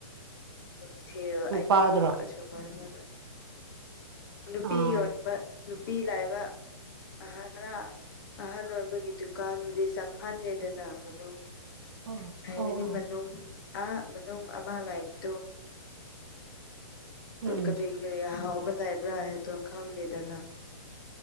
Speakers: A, on the left (about 40°); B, on the right (about 45°).
A: ꯅꯨꯡꯊꯤꯜ
B: ꯅꯨꯄꯥꯗꯨꯔꯣ
A: ꯑꯌꯨꯛ ꯑꯁꯨꯃꯥꯏꯅ ꯅꯨꯄꯤ
B: ꯑꯥ
A: ꯌꯣꯟꯕ ꯅꯨꯄꯤ ꯂꯥꯏꯕ ꯑ ꯈꯔ ꯑꯍꯟ ꯑꯣꯏꯕꯒꯤ ꯗꯨꯀꯥꯟꯗꯨꯗꯤ ꯆꯪꯐꯟꯅꯤꯦꯗꯅ ꯃꯅꯨꯡ
B: ꯑꯣ
A: ꯍꯥꯏꯕꯗꯤ
B: ꯑꯣ ꯑꯣ
A: ꯃꯅꯨꯡ ꯃꯅꯨꯡ ꯑꯃ ꯂꯥꯏꯕꯗꯣ
B: ꯎꯝ
A: ꯀꯔꯤ ꯀꯔꯤ ꯑꯍꯥꯎꯕ ꯂꯩꯕ꯭ꯔꯥ ꯍꯥꯏꯗꯣ ꯈꯂꯦꯗꯅ